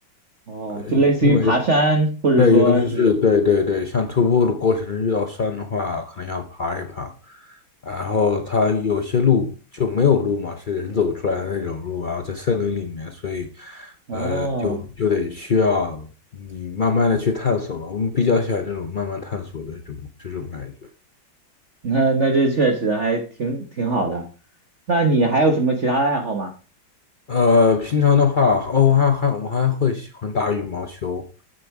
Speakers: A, on the right; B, on the left.
A: 哦，
B: 呃，
A: 就类似于爬山，
B: 因为，
A: 或者说是
B: 对，尤其是对对对，像徒步的过程中遇到山的话，可能要爬一爬，然后它有些路就没有路嘛，是人走出来的那种路，然后在森林里面，所以。
A: 哦。
B: 就就得需要你慢慢的去探索吧。我们比较喜欢这种慢慢探索的这种这种感觉。
A: 那那这确实还挺挺好的。那你还有什么其他的爱好吗？
B: 呃，平常的话，哦，我还还我还会喜欢打羽毛球。